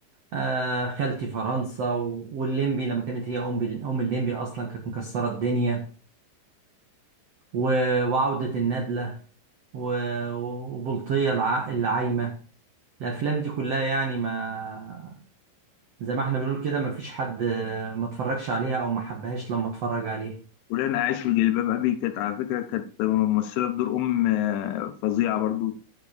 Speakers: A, on the right; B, on the left.
A: آه خالتي فرنسا و- والليمبي لما كانت هي أم بال- أم الليمبي أصلا كانت مكسرة الدنيا و- وعودة الندلة و- وبلطية الع- العايمة الأفلام دي كلها يعني ما زي ما احنا بنقول كده ما فيش حد ما اتفرجش عليها أو ما حبهاش لما اتفرج عليها
B: ولأن عايش في جلباب أبي كانت على فكرة كانت ممثلة بدور أم آه، فظيعة برضو